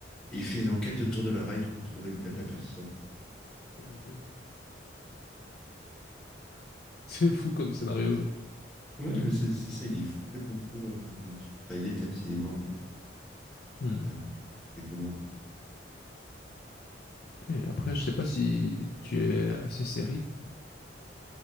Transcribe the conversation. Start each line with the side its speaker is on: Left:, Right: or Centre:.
Centre: Et il fait une enquête autour de l'oreille pour trouver le- la personne.
Left: Oh mon Dieu. <laughs> C'est fou comme scénario, ça.
Centre: Ouais, mais c'est c'est ça. Il est fou- complètement fou, euh, Lynch. Enfin, il était, parce qu'il est mort euh,
Left: Hmm.
Centre: il y a il y a quelques mois.
Left: Ok, après, je sais pas si tu es assez série.